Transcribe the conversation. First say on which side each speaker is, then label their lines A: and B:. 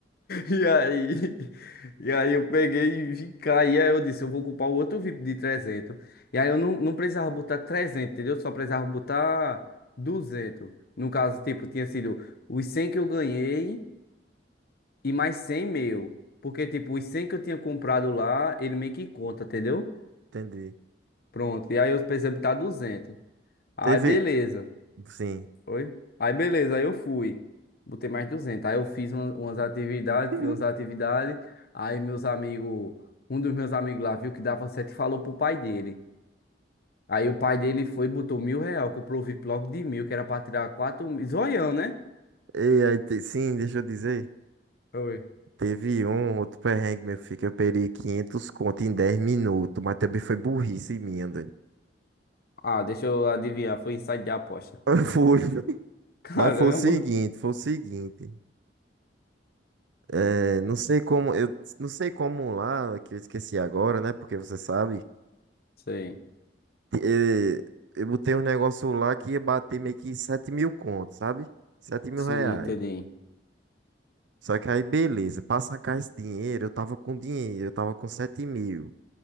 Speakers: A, on the left (about 60°); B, on the right (about 80°).
A: E aí, <laughs> e aí eu peguei e vim cá, e aí eu disse, eu vou ocupar o outro VIP de trezentos E aí eu não, não precisava botar trezentos entendeu? Só precisava botar duzentos No caso, tipo, tinha sido os 100 que eu ganhei e mais 100 meu. Porque, tipo, os 100 que eu tinha comprado lá, ele meio que conta, entendeu?
B: Entendi.
A: Pronto, e aí eu precisava botar duzentos Aí,
B: Teve.
A: beleza.
B: Sim.
A: Foi? Aí beleza, aí eu fui. Botei mais duzentos, Aí eu fiz uma- umas atividades,
B: <laughs>
A: fiz umas atividades. Aí meus amigos, um dos meus amigos lá viu que dava certo e falou pro pai dele. Aí o pai dele foi e botou mil real, comprou o VIP logo de mil, que era pra tirar quatro mil. Zoião, né?
B: E aí, te- sim, deixa eu dizer.
A: Oi.
B: Teve um outro perrengue, meu filho, que eu perdi 500 conto em 10 minutos, mas também foi burrice minha, doido.
A: Ah, deixa eu adivinhar, foi insight de aposta.
B: <laughs>
A: <laughs>
B: Foi.
A: Caramba!
B: Mas foi o seguinte, foi o seguinte. É, não sei como, eu não sei como lá, que eu esqueci agora, né? Porque você sabe.
A: Sei.
B: é, eu botei um negócio lá que ia bater meio que 7 mil contos, sabe? sete mil
A: Sim,
B: reais.
A: entendi.
B: Só que aí, beleza, pra sacar esse dinheiro, eu tava com dinheiro, eu tava com 7 mil.